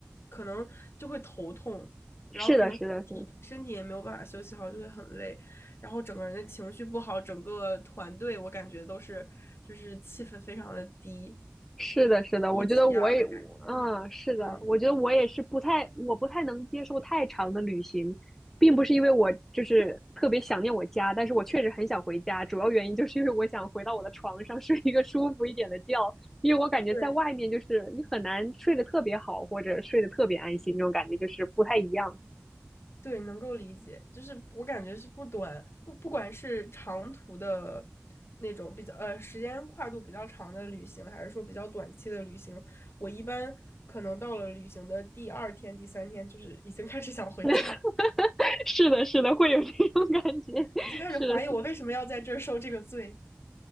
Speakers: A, on the left; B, in the centre.
A: 可能就会头痛，然后可能身体身体也没有办法休息好，
B: 是的，是的，是的。
A: 就会很累，然后整个人的情绪不好，整个团队我感觉都是就是气氛非常的低，
B: 是的，是的，
A: 低气压的感觉。
B: 我觉得我也，嗯，是的，
A: 嗯，
B: 我觉得我也是不太，我不太能接受太长的旅行，并不是因为我就是特别想念我家，但是我确实很想回家，主要原因就是因为我想回到我的床上睡一个舒服一点的觉，因为我感觉在外面就是你很难睡得特别好，
A: 对。
B: 或者睡得特别安心，那种感觉就是不太一样。
A: 对，能够理解，就是我感觉是不短不不管是长途的那种比较呃时间跨度比较长的旅行，还是说比较短期的旅行，我一般可能到了旅行的第二天、第三天，就是已经开始想回家了
B: <laughs> 是的，是的，会有这种感觉，<laughs>
A: 已经开始怀疑我为什么要在这儿受这个罪。
B: 是的，